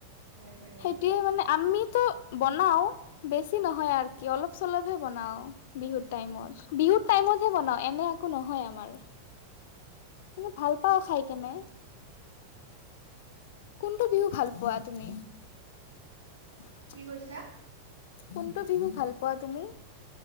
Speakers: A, on the right; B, on the left.
A: হয় বাৰু
B: সেইটোৱে মানে আমিতো বনাও, বেছি নহয় আৰু কি অলপ চলপহে বনাও, বিহুৰ টাইমত, বিহুৰ টাইমত হে বনাও এনে একো নহয় আমাৰ। এনে ভাল পাওঁ খাই কেনে। কোনটো বিহু ভাল পোৱা তুমি? <unintelligible>
A: কি কৈছা?
B: কোনটো বিহু ভাল পোৱা তুমি?